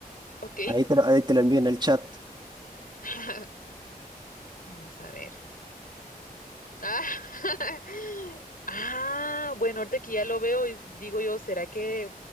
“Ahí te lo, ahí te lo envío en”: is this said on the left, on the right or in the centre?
Right